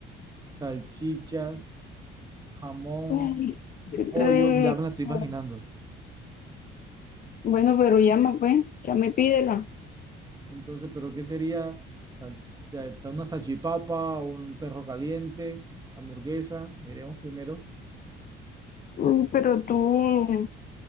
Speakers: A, on the right; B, on the left.
A: salchichas, jamón,
B: Ay, qué
A: pollo,
B: rico.
A: ya me la estoy imaginando.
B: Bueno, pero llama, pues, llama y pídela.
A: Entonces, ¿pero qué sería? Sal- cha- cha- una salchipapa, un perro caliente, hamburguesa, miremos primero.
B: Mm, Pero tú,